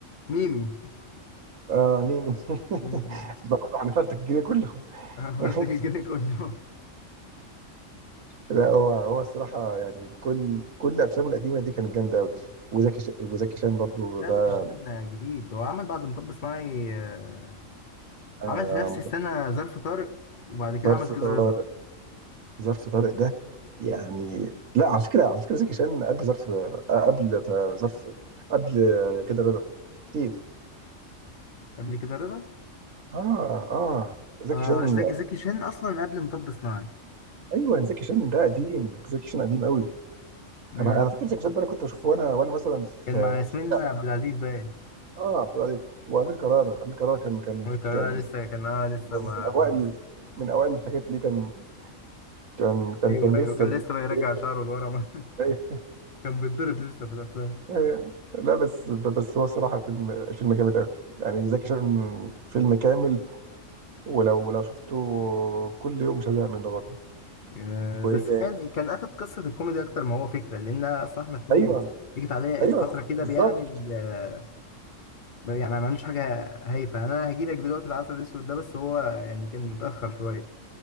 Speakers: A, on the left (about 50°); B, on the right (about 80°).
A: ميمي
B: اه ميمي <laughs>
A: مم.
B: برضه هنفرتك الجيل كله
A: <laughs>
B: <laughs>
A: برتجي كله
B: لا هو هو الصراحه يعني كل كل افلامه القديمه دي كانت جامده قوي وزكي ش... وزكي شان برضه
A: لا
B: ده
A: زكي شان جديد هو عمل بعد مطب صناعي آه،
B: آه...
A: عمل في نفس السنة ظرف طارق وبعد كده
B: ظرف
A: عمل ظرف
B: طارق
A: كده رضا طارق
B: ظرف طارق ده يعني لا على فكره على فكره زكي شان قبل ظرف آه، قبل تا- ظرف قبل كده رضا كتير
A: قبل كده رضا
B: اه اه زكي
A: آه
B: شان
A: زكي زكي شان زكي شان أصلا قبل مطب صناعي
B: ايوه زكي شان ده قديم زكي شان قديم قوي
A: مم.
B: انا انا فاكر زكي شان ده انا كنت بشوفه وانا وانا مثلا في,
A: كان مع ياسمين
B: في لا،
A: عبد العزيز باين
B: اه في إعدادي. وامير كرارة امير كرارة كان كان
A: وكان
B: يعني
A: لسه كان اه لسه
B: من
A: ما
B: اوائل من اوائل الحاجات اللي كان كان كان
A: ايوه
B: كان
A: ايوه
B: لسه
A: كان لسه بيرجع
B: بيبدأ.
A: شعره لورا ما- <laughs>
B: أيوة.
A: كان بيتضرب لسه في الافلام
B: أيوة. لا بس بس هو صراحة الفيلم الفيلم جامد قوي يعني زكي شان فيلم كامل ولو لو شفته كل يوم مش هزهق منه برضه
A: آه،
B: وايه
A: بس
B: تاني
A: كان كان اخد قصه الكوميدي اكتر ما هو فكره لان اصلا احمد حلمي
B: ايوه
A: جيت عليه
B: ايوه
A: فتره كده
B: بالظبط
A: بيعمل آه، ما- يعني ما عملوش حاجة هايفة أنا هجيلك دلوقتي العسل الأسود ده بس هو يعني كان متأخر شوية